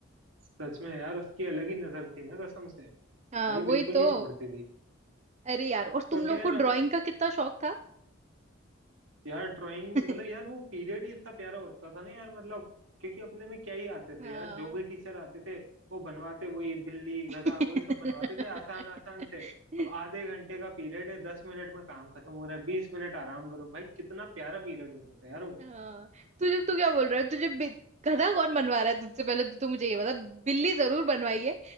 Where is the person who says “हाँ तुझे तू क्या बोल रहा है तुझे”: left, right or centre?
Right